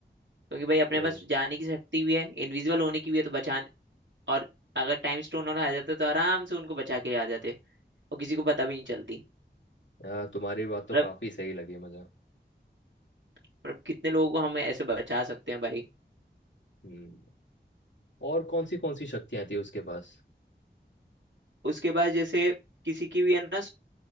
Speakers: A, on the right; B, on the left.
A: क्योंकि भाई अपने
B: ओ
A: पास जाने की शक्ति भी है इनविजिबल होने की भी है तो बचाने और अगर टाइम स्टोन और आ जाता तो आराम से उनको बचा के आ जाते और किसी को पता भी नहीं चलती
B: यार तुम्हारी बात तो
A: मतलब
B: काफी सही लगी मुझे
A: मतलब कितने लोगों को हम ऐसे बचा सकते हैं भाई
B: हम्म और कौन सी कौन सी शक्तियां थी उसके पास
A: उसके बाद जैसे किसी की भी है ना